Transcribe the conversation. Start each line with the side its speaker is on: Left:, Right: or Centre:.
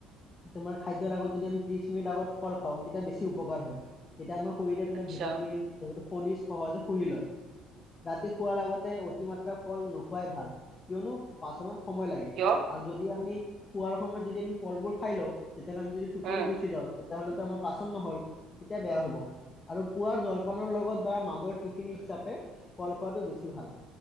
Left: তোমাৰ খাদ্যৰ আগত যদি আমি ত্ৰিশ মিনিট আগত ফল খাওঁ তেতিয়া বেছি উপকাৰ হয় তেতিয়া আমাৰ শৰীৰে নে
Right: আচ্ছা
Left: ভিটামিন, <unintelligible> খনিজ সহজে শুহি লয়। ৰাতি শোৱাৰ আগতে অতিমাত্ৰা ফল নোখোৱাই ভাল কিয়নো পাচনত সময় লাগে
Right: কিয়
Left: আৰু যদি আমি খোৱাৰ সময়ত যদি আমি ফলবোৰ খাই লওঁ তেতিয়াহ'লে আমি যদি টোপনি
Right: উম
Left: গুচি যাওঁ, তেতিয়াহ'লেটো আমাৰ পাচন নহল তেতিয়া বেয়া হ'ব। আৰু পুৱাৰ জলপানৰ লগত বা মাজৰ টিফিন হিচাপে ফল খোৱাটো বেছি ভাল।